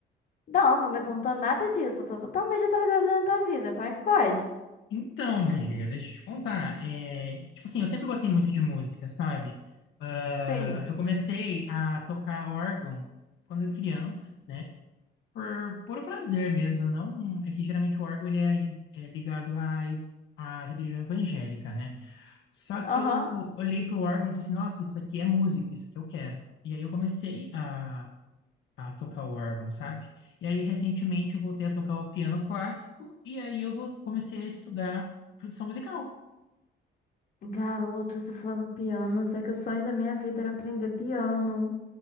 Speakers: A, on the left (about 50°); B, on the left (about 75°).
A: Não, não me contou nada disso. Eu tô totalmente atrasada na tua vida. Como é que pode?
B: Então, amiga, deixa eu te contar. é tipo assim, eu sempre gostei muito de música, sabe? Ah,
A: Sim.
B: eu comecei a tocar órgão quando eu criança, né? por, por o prazer mesmo, não é que geralmente o órgão ele é, é ligado à, à religião evangélica, né? Só que
A: Aham.
B: eu olhei para o órgão e falei assim, nossa, isso aqui é música, isso aqui eu quero. E aí eu comecei a, a tocar o órgão, sabe? E aí recentemente eu voltei a tocar o piano clássico e aí eu vou, comecei a estudar produção musical.
A: Garoto, você falou do piano. Sei que o sonho da minha vida era aprender piano.